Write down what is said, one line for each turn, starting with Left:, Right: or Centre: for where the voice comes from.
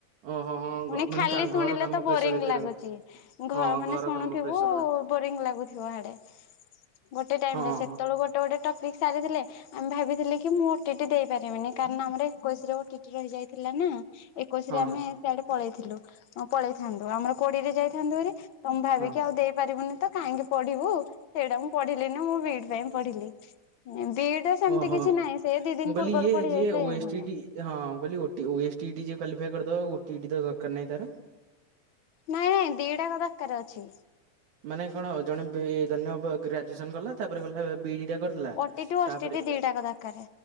Right: ଓହୋ ହଁ
Left: ଫୁଣି
Right: ମାନେ
Left: ଖାଲି ଶୁଣିଲେ
Right: ଘର କାମ
Left: ତ ବୋରିଙ୍ଗ
Right: ପ୍ରେସର ଏତେ
Left: ଲାଗୁଛି
Right: ରହିବ
Left: ଘ
Right: ହଁ
Left: ମାନେ
Right: ଘର
Left: ଶୁଣୁଥିବୁ
Right: କାମ ପ୍ରେସର ଗୁଡା।
Left: ବୋରିଂ ଲାଗୁଛି। ଡେ ଗୋଟେ ଟାଇମ୍
Right: ହଁ
Left: ରେ ସେତେବେଳେ
Right: ହଁ
Left: ଗୋଟେ ଗୋଟେ ଗୋଟେ ଟପିକ୍ ସାରିଥିଲେ ଆମେ ଭାବିଥିଲି କି ମୁଁ ଓ-ଟି-ଇଟି ଦେଇ ପାରିବିନି। କାରଣ ଆମର ଏକୋଇଶି ରେ ଓ-ଟି-ଇଟି ରହି ଯାଇଥିଲା ନା ଏକୋଇଶି
Right: ହଁ
Left: ରେ ଆମେ ଆଡେ ପଳେଇଥିଲୁ ପଳେଇଥାନ୍ତୁ ଆମର କୋଡିରେ ଯାଇଥାନ୍ତୁ ହାରି ଆମେ ଭାବିକି
Right: ହଁ
Left: ଆଉ ଦେଇପାରିବୁନି ତ କାହିଁକି ପଢିବୁ ସେଇଟା ମୁଁ ପଢିଲିନି ମୁଁ ବି-ଇ-ଡ ପାଇଁ ପଢିଲି। ବି-ଇ-ଡି ସେମିତି
Right: ଓହୋ।
Left: କିଛି ନାହିଁ ସେ ଦି ଦିନ
Right: ମୁଁ କହିଲି
Left: ପୂର୍ବରୁ
Right: ଇଏ
Left: ପଢି
Right: ଯିଏ
Left: ଯାଇଥିଲେ
Right: ଓ-ଷ୍ଟିଟ-ଟି
Left: ହେଇଥାନ୍ତା।
Right: ଟି ହଁ କହିଲି ଓଟି ଯିଏ କ୍ୱାଲିଫାଇ କରିଦବ ଓ-ଟି-ଇଟି ତ ଦରକାର ନାହିଁ ତାର?
Left: ନାଇଁ ନାଇଁ ଦିଟାକ ଦରକାର ଅଛି।
Right: ମାନେ କଣ ଜଣେ ବି ଧନ୍ୟ ଗ୍ରାଜୁଏସନ କଲା ତାପରେ ଗଲା ବି କରି ଦେଲା
Left: ଓଟିଟି ଓଷ୍ଟିଟି
Right: ତାପରେ
Left: ଦିଟାକ ଦରକାର।